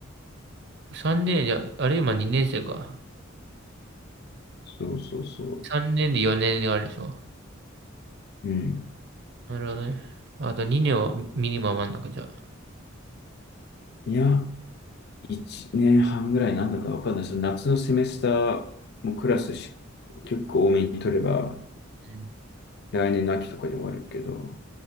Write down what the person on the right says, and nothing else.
3年じゃ、あれ今2年生か。
3年で4年があるでしょ。
なるほどね。あと2年はミニマムあんのか、じゃあ。
うん